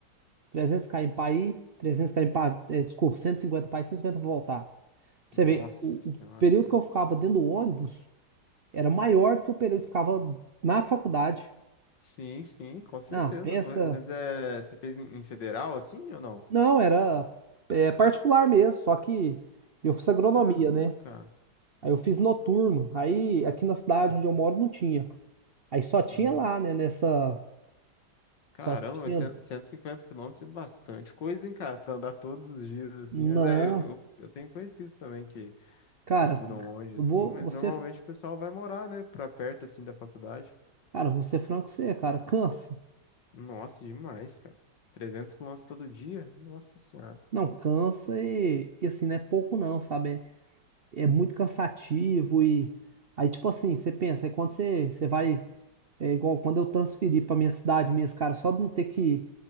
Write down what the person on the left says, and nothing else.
Nossa
senhora,
cara.
Sim, sim, com certeza.
Mas é, você fez em, em federal, assim, ou não?
Caramba,
cara.
Uhum.
Caramba,
vai ser 150 quilômetros é bastante coisa, hein, cara, pra andar todos os dias, assim.
Mas é, eu, eu, eu tenho conhecidos também que,
que estudam longe, assim,
mas
normalmente o pessoal vai morar, né, pra perto, assim, da faculdade.
Nossa, demais, cara. 300 quilômetros todo dia? Nossa senhora.